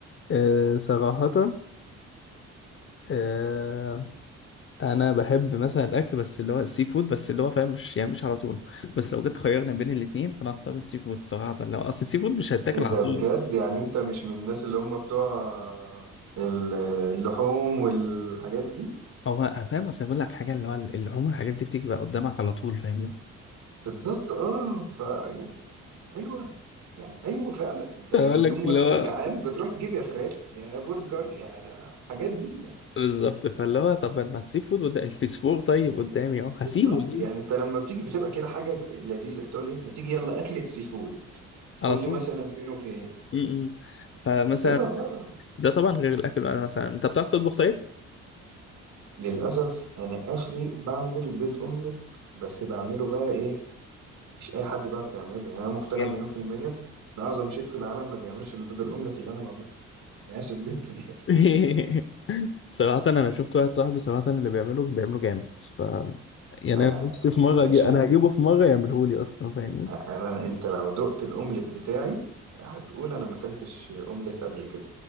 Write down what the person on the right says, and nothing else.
ايه
ده
بجد يعني انت مش من الناس اللي هم بتوع ال- اللحوم والحاجات دي
بالظبط اه ف يعني ايوه يعني ايوه فعلا
انت يوم
يوم
ما
تكون
جعان بتروح تجيب يا فراخ يا برجر يا الحاجات دي يعني.
بالظبط
يعني انت لما بتيجي بتبقى كده حاجه لذيذه تقول ايه ما تيجي يلا اكله سي فود كل
مثلا فين وفين
بتبقى بقى
للاسف انا اخري بعمل بيض اومليت بس بعمله بقى ايه مش اي حد بيعرف يعمله يعني انا مقتنع
مليون في الميه ان اعظم شيف في العالم ما بيعملش البيض الاومليت اللي انا بعمله انا اسف جدا يعني
انا
انا
يا
باشا
انا انت لو دقت الاومليت بتاعي هتقول انا ما اكلتش اومليت قبل كده